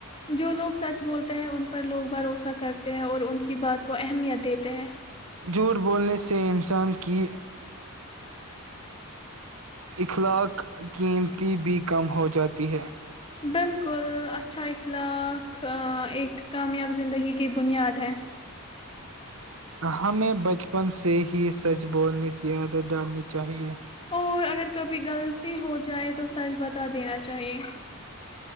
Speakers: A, on the left; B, on the right.
A: جو لوگ سچ بولتے ہیں ان پر لوگ بھروسہ کرتے ہیں اور ان کی بات کو اہمیت دیتے ہیں
B: جھوٹ بولنے سے انسان کی اخلاق قیمتی بھی کم ہو جاتی ہے
A: بالکل اچھا اخلاق ایک کامیاب زندگی کی بنیاد ہے
B: ہمیں بچپن سے ہی سچ بولنے کی عادت ڈالنی چاہیے
A: اور اگر کبھی غلطی ہو جائے تو سچ بات بتا دینا چاہیے